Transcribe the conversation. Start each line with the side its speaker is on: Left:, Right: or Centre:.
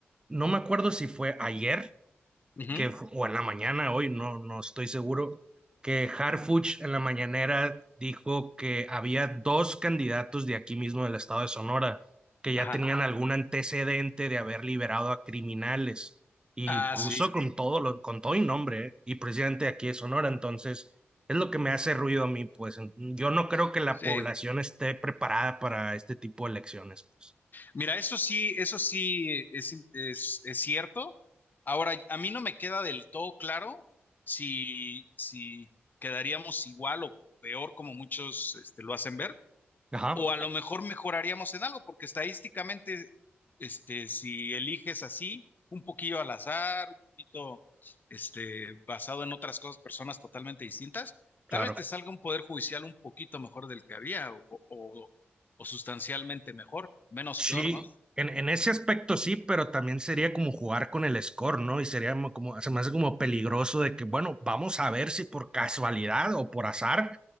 Right: no me acuerdo si fue ayer
Left: Ujú.
Right: que, o en la mañana, hoy no, no estoy seguro, que Harfuch en la mañanera dijo que había dos candidatos de aquí mismo del estado de Sonora que ya
Left: Ajá.
Right: tenían algún antecedente de haber liberado a criminales y
Left: Ah,
Right: puso
Left: sí.
Right: con todo, lo, con todo y nombre ¿eh? y presidente de aquí de Sonora, entonces es lo que me hace ruido a mí, pues yo no creo que la
Left: Sí.
Right: población esté preparada para este tipo de elecciones, pues.
Left: Mira, eso sí, eso sí es, es, es cierto. Ahora, a mí no me queda del todo claro si, si quedaríamos igual o peor como muchos este, lo hacen ver.
Right: Ajá,
Left: o a lo mejor mejoraríamos en algo, porque estadísticamente, este, si eliges así, un poquillo al azar, un poquito, este, basado en otras cosas, personas totalmente distintas,
Right: claro.
Left: tal vez te salga un poder judicial un poquito mejor del que había o, o, o sustancialmente mejor, menos
Right: Sí,
Left: peor, ¿no?
Right: en, en ese aspecto sí, pero también sería como jugar con el score, ¿no? Y sería mo- como, se me hace como peligroso de que, bueno, vamos a ver si por casualidad o por azar